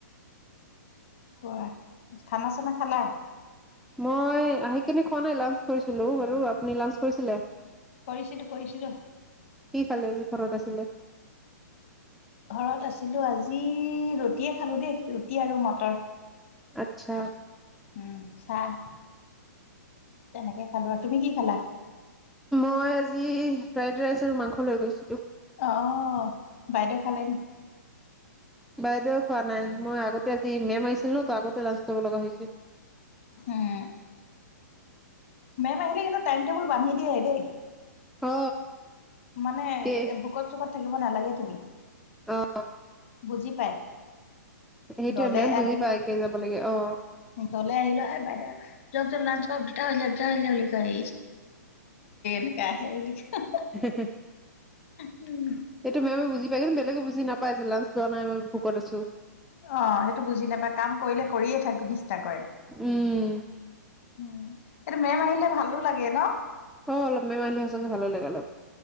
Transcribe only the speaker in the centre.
মই আহি কেনি খোৱা নাই লাঞ্চ কৰিছিলো বাৰু আপুনি লাঞ্চ কৰিছিলে?
কি খালে যে ঘৰত আছিলে।
আত্ছা।
মই আজি ফ্ৰাইড ৰাইচ আৰু মাংস লৈ গৈছিলোঁ।
বাইদেউ, খোৱা নাই। মই, আগতে আজি মেম আহিছিল ন, তো আগতে লাঞ্চ ল'ব লগা হৈছে।
অ।
কি
অ।
সেইটোৱে
মেম বুজি
পাই কে যাব লাগে অ
<inaudible>
এইটো মেমে বুজি পাই, বেলেগে বুজি নাপায় যে, লাঞ্চ লোৱা নাই, ভোকত আছোঁ।
উম
অ, অলপ মেম আহিলে, সঁচাকে ভালে লাগে, অলপ।